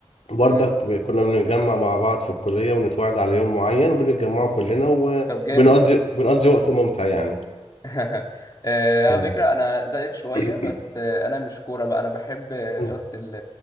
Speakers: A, on the left; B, on the left.
A: برضك
B: امم
A: ب- كنا بنتجمع مع بعض في الكلية ونتواعد على يوم معين وبنتجمعوا كلنا
B: طب جامد
A: وبنقضي
B: ده
A: بنقضي وقت ممتع يعني
B: <laughs> آه، على
A: اه
B: فكرة أنا زيك شوية
A: <clears throat>
B: بس آه، أنا مش كورة بقى أنا بحب رياضة
A: <coughs>
B: ال-